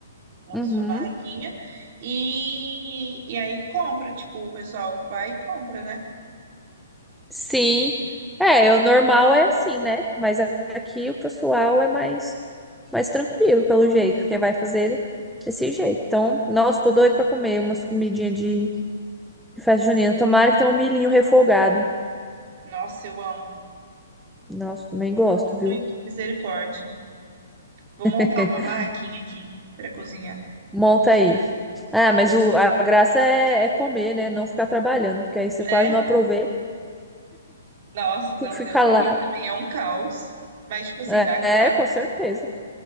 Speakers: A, on the right; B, in the centre.
A: monta
B: Uhum.
A: sua barraquinha e, e aí compra, tipo, o pessoal vai e compra, né?
B: Sim. É, o normal é assim, né? Mas a- aqui o pessoal é mais, mais tranquilo, pelo jeito, porque vai fazer desse jeito. Então, nossa, tô doido pra comer umas comidinhas de de festa junina. Tomara que tenha um milhinho refogado.
A: Nossa, eu amo.
B: Nossa, também gosto, viu?
A: Muito, misericórdia. Vou
B: <laughs>
A: montar uma barraquinha aqui pra cozinhar.
B: Monta aí. Ah, mas o, a graça é, é comer, né? Não ficar trabalhando, porque aí você
A: Né?
B: quase não aproveita.
A: Nossa, não,
B: Tem que ficar
A: Deus me
B: lá.
A: livre, também é um caos. Mas, tipo assim,
B: É,
A: dá grana.
B: é, com certeza.